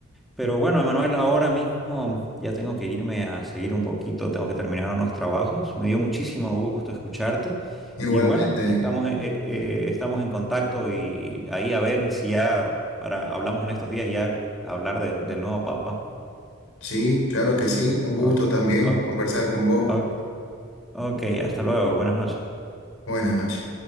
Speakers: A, in the centre; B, on the left (about 80°).
A: Pero bueno, Emanuel, ahora mismo ya tengo que irme a seguir un poquito, tengo que terminar unos trabajos. Me dio muchísimo gusto escucharte
B: igualmente.
A: y bueno, estamos, eh, eh, eh, estamos en contacto y ahí a ver si ya para, hablamos en estos días ya hablar del del nuevo Papa.
B: Sí, claro que sí. Un gusto
A: Ok,
B: también
A: ok,
B: conversar con vos.
A: ok, ok, hasta luego, buenas noches.
B: Buenas noches.